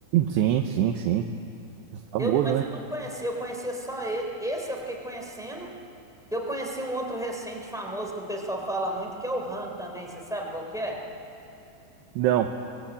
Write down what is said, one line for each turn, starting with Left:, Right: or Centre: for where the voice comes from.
Right: Sim, sim, sim. Famoso,
Centre: Eu, mas
Right: né?
Centre: eu não conhecia, eu conhecia só ele. Esse eu fiquei conhecendo... Eu conheci um outro recente famoso que o pessoal fala muito, que é o Han também, você sabe qual que é?
Right: Não.